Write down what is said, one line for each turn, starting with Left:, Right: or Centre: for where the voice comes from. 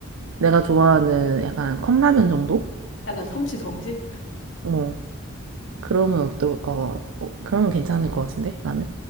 Right: 내가 좋아하는 약간 컵라면 정도?
Left: 약간 참치 정식?
Right: 어, 그러면 어떨까? 어, 그러면 괜찮을 것 같은데 나는.